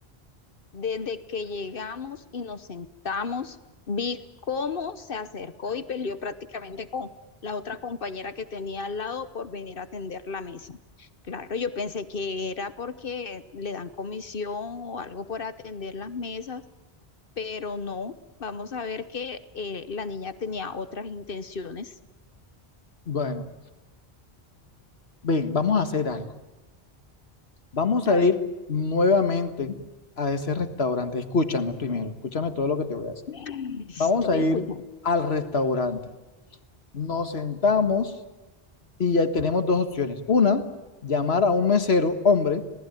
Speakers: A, on the left; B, on the left.
A: Desde que llegamos y nos sentamos, vi cómo se acercó y peleó prácticamente con la otra compañera que tenía al lado por venir a atender la mesa. Claro, yo pensé que era porque le dan comisión o algo por atender las mesas, pero no. Vamos a ver que eh, la niña tenía otras intenciones.
B: Bueno, ven, vamos a hacer algo. Vamos
A: A
B: a
A: ver,
B: ir nuevamente a ese restaurante. Escúchame primero, escúchame todo lo que te voy a decir.
A: <laughs>
B: Vamos
A: te voy
B: a
A: a
B: ir
A: escuchar.
B: al restaurante. Nos sentamos y ya tenemos dos opciones. Una, llamar a un mesero, hombre,